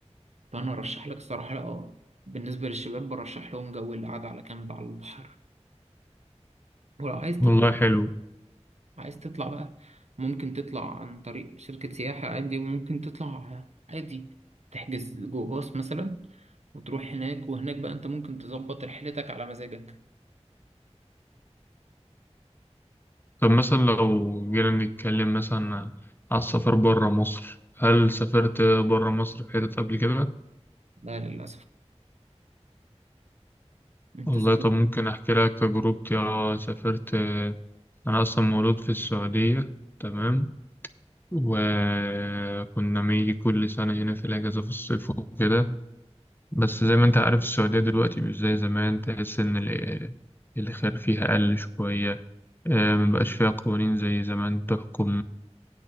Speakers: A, on the right; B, on the left.
A: فأنا أرشح لك الصراحة اه بالنسبة للشباب برشح لهم جو القعدة على كامب على البحر ولو عايز تطلع
B: والله حلو
A: عايز تطلع بقى ممكن تطلع عن طريق شركة سياحة عادي وممكن تطلع عادي تحجز جو باص مثلا وتروح هناك وهناك بقى انت ممكن تظبط رحلتك على مزاجك
B: طب مثلا لو جينا نتكلم مثلا على السفر برا مصر هل سافرت برا مصر في حتت قبل كده؟
A: لا للأسف انت
B: والله
A: سافرت
B: طب ممكن أحكي لك تجربتي اه سافرت أنا أصلا مولود في السعودية تمام وكنا بنيجي كل سنة هنا في الأجازة في الصيف وكده بس زي ما أنت عارف السعودية دلوقتي مش زي زمان تحس إن ال- الخير فيها قل شوية آه، مبقاش فيها قوانين زي زمان تحكم